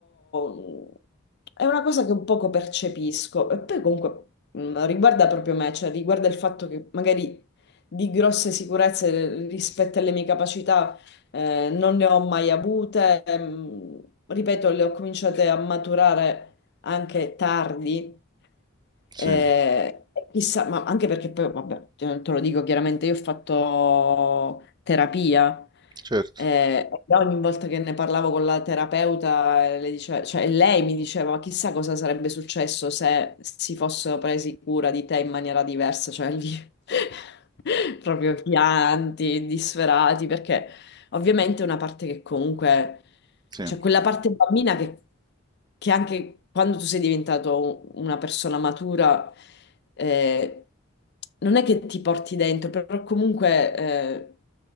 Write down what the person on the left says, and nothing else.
mh, è una cosa che un poco percepisco e poi comunque mh, riguarda proprio me, cioè riguarda il fatto che magari di grosse sicurezze rispetto alle mie capacità eh, non ne ho mai avute, Ehm, ripeto, le ho cominciate a maturare anche tardi.
Eh, chissà, ma anche perché poi, vabbè, te te lo dico chiaramente, io ho fatto terapia
eh, e ogni volta che ne parlavo con la terapeuta, eh, le dice- cioè, lei mi diceva, ma chissà cosa sarebbe successo se si fossero presi cura di te in maniera diversa, cioè lì <laughs> proprio pianti, disperati, perché... Ovviamente è una parte che comunque,
cioè quella parte bambina che, che anche quando tu sei diventato un- una persona matura, eh, non è che ti porti dentro, però comunque eh,